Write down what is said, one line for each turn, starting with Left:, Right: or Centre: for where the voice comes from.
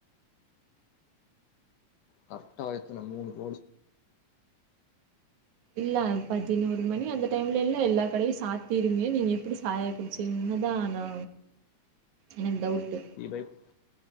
Left: கட்டாயத்தன மூணு போச்சு
Right: இல்ல அந் பதினோரு மணி அந்த டைம்ல இல்ல எல்லா கடையு சாத்திருமே நீங்க எப்டி சாய் சிங்ந தானா எனக் டவுட்டு
Left: இ பைக்